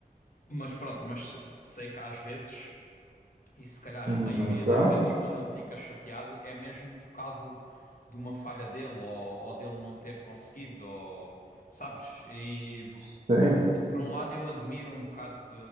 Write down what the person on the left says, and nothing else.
Mas pronto, mas se- sei que às vezes, e se calhar
a maioria
das vezes, quando ele fica chateado, é mesmo por causa de uma falha dele ou, ou dele não ter conseguido, ou, sabes? E
por um lado, eu admiro um bocado